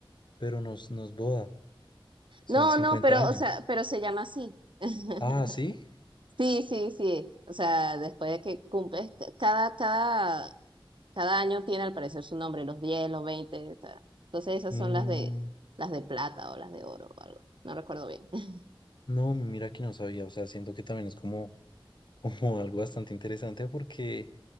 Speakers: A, on the left; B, on the right.
A: pero nos, nos boda, son
B: No,
A: 50
B: no, pero,
A: años.
B: o sea, pero se llama así. <laughs>
A: Ah, ¿sí?
B: Sí, sí, sí. O sea, después de que cumples, cada, cada Cada año tiene al parecer su nombre, los 10 los 20 ta. Entonces esas
A: Mm,
B: son las de las de plata o las de oro o algo. No recuerdo bien. <laughs>
A: no, mira que no sabía, o sea, siento que también es como Como algo bastante interesante porque,